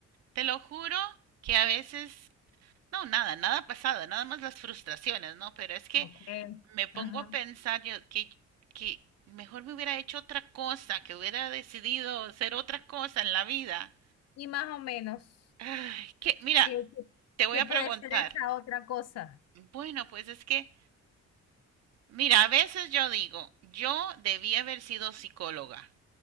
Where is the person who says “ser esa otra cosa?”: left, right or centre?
Left